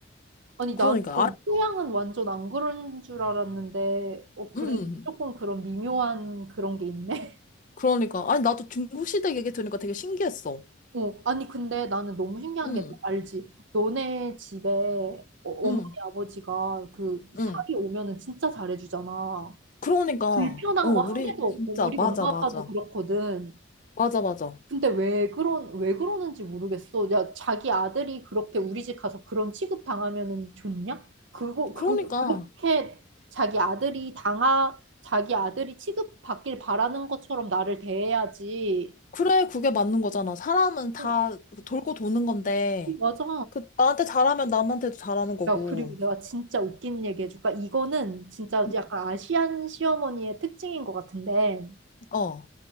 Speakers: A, on the right (about 65°); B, on the left (about 40°).
A: 아니,
B: 그러니까,
A: 나는
B: 아,
A: 소양은 완전 안 그런 줄 알았는데, 어, 그래.
B: 음.
A: 조금 그런 미묘한 그런 게 있네.
B: 그러니까, 아니, 나도 중국시댁 얘기 들으니까 되게 신기했어.
A: <laughs> 어, 아니, 근데 나는 너무 신기한
B: 음,
A: 게 알지? 너네 집에 어, 어머니,
B: 음,
A: 아버지가 그 살이
B: 음.
A: 오면은 진짜 잘해주잖아.
B: 그러니까, 어,
A: 불편한
B: 우리,
A: 거 한 개도 없고,
B: 진짜,
A: 우리
B: 맞아,
A: 엄마
B: 맞아.
A: 아빠도 그렇거든.
B: 맞아, 맞아.
A: 근데 왜 그런 왜 그러는지 모르겠어. 야, 자기 아들이 그렇게 우리 집 가서 그런 취급 당하면은 좋냐? 그거 그
B: 그러니까.
A: 그렇게 자기 아들이 당하 자기 아들이 취급받길 바라는 것처럼 나를 대해야지.
B: 그래, 그게 맞는 거잖아. 사람은 다
A: 어,
B: 돌고 도는 건데,
A: 맞아.
B: 그, 나한테 잘하면 남한테도 잘하는 거고.
A: 야, 그리고 내가 진짜 웃긴 얘기 해줄까? 이거는 진짜
B: 음.
A: 약간 아시안 시어머니의 특징인 것 같은데,
B: 어.